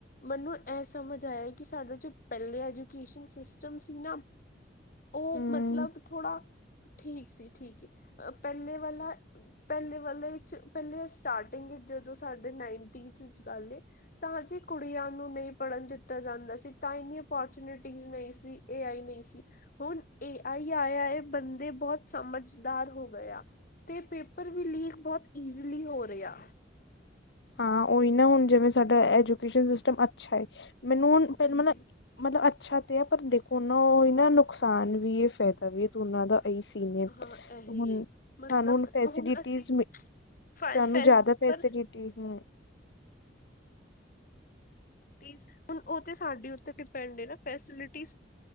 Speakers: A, on the left; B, on the left.
A: ਮੈਨੂੰ ਇਹ ਸਮਝ ਆਇਆ ਕਿ ਸਾਡੇ ਜੋ ਪਹਿਲੇ ਐਜੂਕੇਸ਼ਨ ਸਿਸਟਮ ਸੀ ਨਾ? ਉਹ
B: ਹਮ
A: ਮਤਲਬ ਥੋੜਾ ਠੀਕ ਸੀ ਠੀਕ ਪਹਿਲੇ ਵਾਲਾ? ਪਹਿਲੇ ਵਾਲੇ ਚ ਪਹਿਲੇ ਸਟਾਰਟਿੰਗ ਜਦੋਂ ਸਾਡੇ ਨਾਈਨਟੀਜ਼ ਚ ਗੱਲ ਤਾਂ ਕਿ ਕੁੜੀਆਂ ਨੂੰ ਨਹੀਂ ਪੜ੍ਹਨ ਦਿੱਤਾ ਜਾਂਦਾ ਸੀ ਤਾਂ ਇੰਨੀ ਓਪੋਰਚੁਨਿਟੀ ਨਹੀਂ ਸੀ। ਏ ਆਈ ਨਹੀਂ ਸੀ ਹੁਣ ਏ ਆਈ ਆ ਬੰਦੇ ਬਹੁਤ ਸਮਝਦਾਰ ਹੋ ਗਏ ਆ। ਤੇ ਪੇਪਰ ਵੀ ਲੀਕ ਬਹੁਤ ਇਜਲੀ ਹੋ ਰਿਹਾ।
B: ਹਾਂ, ਉਹੀ ਨਾ ਹੁਣ ਜਿਵੇਂ ਸਾਡਾ ਐਜੂਕੇਸ਼ਨ ਸਿਸਟਮ ਅੱਛਾ ਏ। ਮੈਨੂੰ ਹੁਣ <unintelligible>
A: ਹਾਂਜੀ
B: ਮਤਲਬ ਅੱਛਾ ਤੇ ਆ ਪਰ ਦੇਖੋ ਨਾ ਉਹ ਹੀ ਨਾ ਨੁਕਸਾਨ ਵੀ ਹੈ ਫਾਇਦਾ ਵੀ ਹੈ ਦੋਨਾਂ ਦਾ। ਪਈ ਸੀ ਨੇ ਹੁਣ
A: ਹਾਂ ਇਹੀ ਹੈ ਮਤਲਬ
B: ਸਾਨੂੰ ਫੈਸੀਲਿਟੀਸ
A: ਹੁਣ ਅਸੀਂ ਫ
B: ਸਾਨੂੰ
A: ਫ
B: ਜ਼ਿਆਦਾ ਪੈਸੇ
A: ਪਰ
B: ਲਿਟੀ ਨੂੰ।
A: ਫੈਸਿਲਿਟੀ ਉਹ ਸਾਡੇ ਉੱਤੇ ਡਿਪੈਂਡ ਹੈ ਨਾ ਫੈਸਿਲਿਟੀ